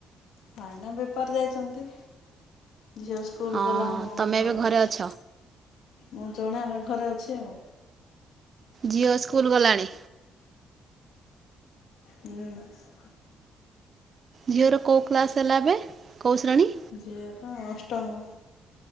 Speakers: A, on the left; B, on the right.
A: ଭାଇନା ବେପାର ଯାଇଛନ୍ତି, ଝିଅ ସ୍କୁଲ
B: ହଁ
A: ଗଲା ମୁଁ
B: ତମେ
A: ଘରେ
B: ଏବେ
A: ଅଛି।
B: ଅଛ
A: ମୁଁ ଜଣେ ଘରେ ଅଛି ଆଉ।
B: ଝିଅ ସ୍କୁଲ ଗଲାଣି?
A: ହୁଁ।
B: ଝିଅର କୋଉ କ୍ଲାସ ହେଲା ଏବେ କୋଉ ଶ୍ରେଣୀ?
A: ଝିଅର ଅଷ୍ଟମ।